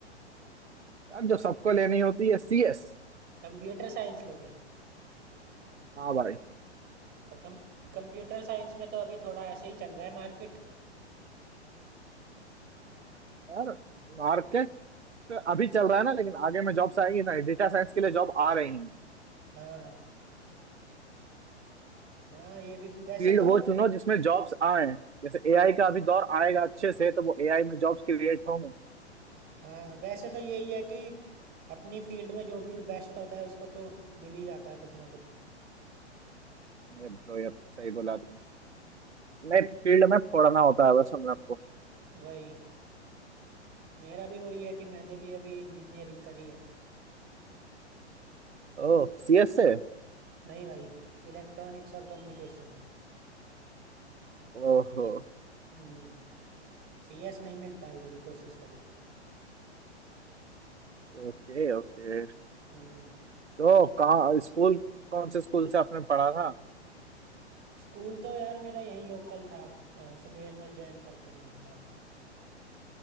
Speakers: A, on the right; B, on the right.
A: यार जो सबको लेनी होती है सीएस
B: कंप्यूटर साइंस लोगे
A: हाँ भाई
B: पर कम कंप्यूटर साइंस में तो अभी थोड़ा ऐसे ही चल रहा है मार्केट
A: यार मार्केट तो अभी चल रहा है ना लेकिन आगे में जॉब्स आएंगी ना डेटा साइंस के लिए जॉब आ रही है
B: हाँ हाँ ये भी वैसे
A: फील्ड
B: तो
A: वो चुनो जिसमें जॉब्स आए जैसे एआई का अभी दौर आएगा अच्छे से तो वो एआई में जॉब्स क्रिएट होंगे
B: हाँ वैसे तो यही है कि अपनी फील्ड में जो भी बेस्ट होता है उसको तो मिल ही जाता है कुछ ना कुछ
A: ये bro, ये सही बोला तुमने नहीं फील्ड में फोड़ना होता है बस हम आपको
B: वही मेरा भी वही है कि मैंने भी अभी इंजीनियरिंग करी है
A: ओह सीएस से
B: नहीं भाई इलेक्ट्रॉनिक्स और कम्युनिकेशन
A: ओहो
B: हम्म सी एस नहीं मिल पाई बड़ी कोशिश करी
A: Okay okay
B: हम्म
A: तो कहाँ स्कूल कौन से स्कूल से आपने पढ़ा था
B: स्कूल तो यार मेरा यहीं लोकल था अ, सुमेरमल जैन करके नाम था